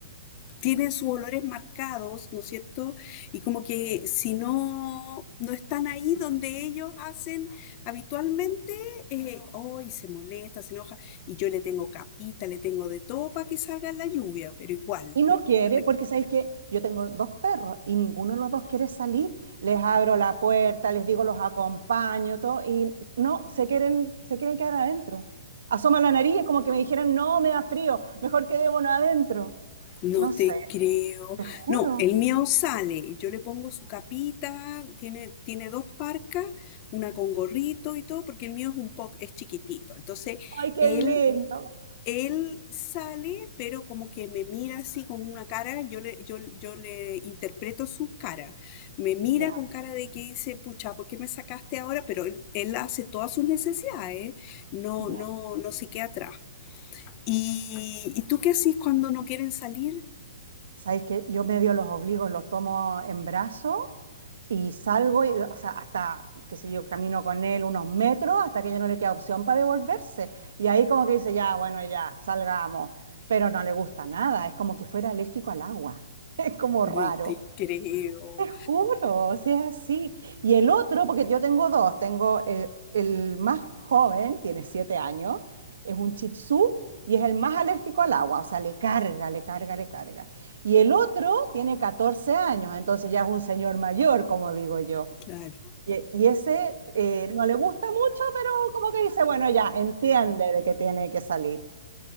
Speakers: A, on the left; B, on the right.
A: tienen sus olores marcados, ¿no es cierto? Y como que si no, no están ahí donde ellos hacen habitualmente, eh, hoy se molesta, se enoja, y yo le tengo capita, le tengo de todo para que salga en la lluvia, pero igual,
B: Y no
A: me-
B: quiere,
A: me re-
B: porque ¿sabes que Yo tengo dos perros y ninguno de los dos quiere salir. Les abro la puerta, les digo los acompaño, todo, y no, se quieren, se quieren quedar adentro. Asoma la nariz, es como que me dijeran, no, me da frío, mejor quedémonos adentro.
A: no
B: No
A: te
B: sé,
A: creo.
B: te juro.
A: No, el mío sale, yo le pongo su capita, tiene, tiene dos parcas, una con gorrito y todo, porque el mío es un poco, es chiquitito. Entonces,
B: Ay, qué
A: él
B: lindo.
A: Él sale, pero como que me mira así con una cara, yo le, yo, yo le interpreto su cara. Me mira
B: Ya.
A: con cara de que dice, pucha, ¿por qué me sacaste ahora? Pero él, él hace todas sus necesidades, no,
B: Ya.
A: no, no se queda atrás. ¿Y, ¿y tú qué haces cuando no quieren salir?
B: Sabéis que yo medio los obligo, los tomo en brazos y salgo, y, o sea, hasta, qué sé yo, camino con él unos metros hasta que ya no le queda opción para devolverse. Y ahí como que dice, ya, bueno, ya, salgamos. Pero no le gusta nada, es como que fuera alérgico al agua. <laughs> Es como raro.
A: No te creo.
B: Te juro, o sea, sí. Y el otro, porque yo tengo dos, tengo el, el más joven, tiene siete años, es un Shih Tzu y es el más alérgico al agua, o sea, le carga, le carga, le carga. Y el otro tiene 14 años, entonces ya es un señor mayor, como digo yo.
A: Claro.
B: Y, y ese eh, no le gusta mucho, pero como que dice, bueno, ya entiende de que tiene que salir.